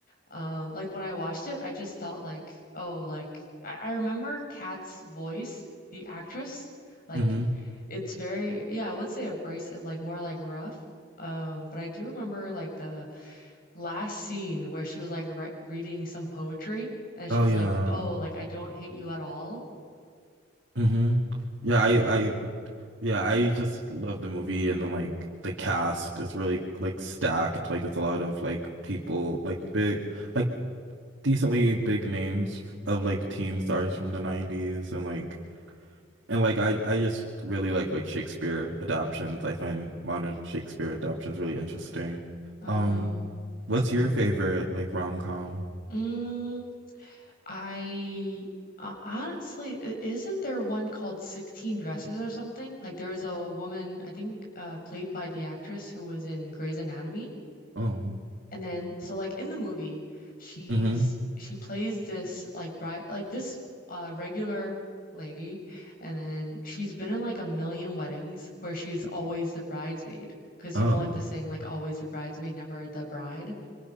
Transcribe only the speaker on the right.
hmm
Oh
yeah.
hmm Yeah,
I
I yeah, I just love the movie and then like the cast is really like stacked. Like it's a lot of like people like big like decently big names of like teen stars from the 90s and like and like I I just really like like Shakespeare adaptations.
I find modern Shakespeare adaptations really interesting.
Um
what's
your favorite like rom-com?
Oh.
hmm
Oh.